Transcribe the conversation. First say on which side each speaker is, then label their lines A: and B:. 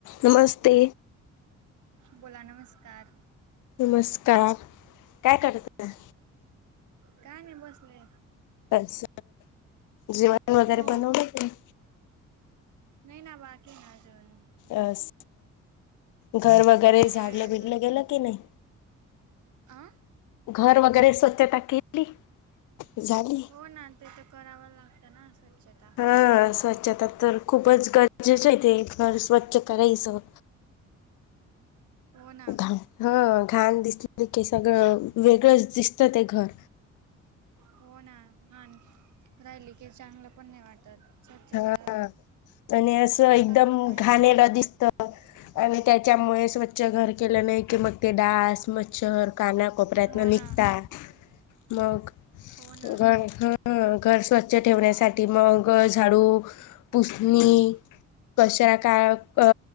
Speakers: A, on the left; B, on the right.
A: नमस्ते
B: बोला नमस्कार
A: नमस्कार काय करताय?
B: काय नाही बसलोय
A: अस जेवण वगैरे
B: हो
A: बनवलं तुम्ही?
B: नाही ना बाकी हाय अजून
A: अस घर वगैरे
B: वेळ
A: झाडलं
B: आहे अजून
A: बिडलं गेलं की नाही?
B: आ
A: घर वगैरे स्वच्छता केली झाली.
B: हो ना ते तर कराव लागतं ना स्वच्छता
A: अ स्वच्छता तर खूपच गरजेच आहेे ते घर स्वच्छ करायचं
B: हो ना
A: घ ह घाण दिसले की सगळं वेगळंच दिसतं ते घर
B: हो ना घाण राहिली की चांगलं पण नाही वाटत स्वच्छता
A: हा आणि असं एकदम
B: राखली पाहिजे
A: घाणेरडं दिसतं आणि त्याच्यामुळे स्व च्छ घर केल्याने की मग ते डास मच्छर काना-कोपऱ्यातणं
B: हो
A: निघता
B: ना
A: मग
B: हो ना
A: घ ह घर स्वच्छ ठेवण्यासाठी मग झाडू, पुसनी कचरा का अ